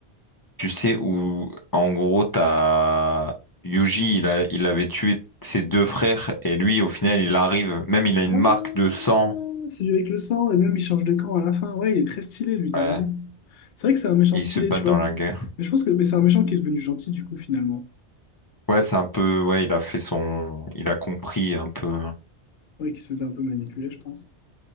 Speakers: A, on the left; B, on the left.
A: tu sais, où, en gros, t'as Yuji, il a... il avait tué ses deux frères, et lui, au final, il arrive, même il a
B: Ah,
A: une marque de sang,
B: c'est celui avec le sang, et même il change de camp à la fin. Ouais, il est très stylé, lui, t'as
A: ouais,
B: raison. C'est vrai que c'est un méchant
A: et
B: stylé,
A: ils se battent
B: tu vois.
A: dans la guerre.
B: Mais je pense que mais c'est un méchant qui est devenu gentil, du coup, finalement.
A: Ouais, c'est un peu. Ouais, il a fait son. Il a compris un peu.
B: Ouais, qui se faisait un peu manipuler, je pense.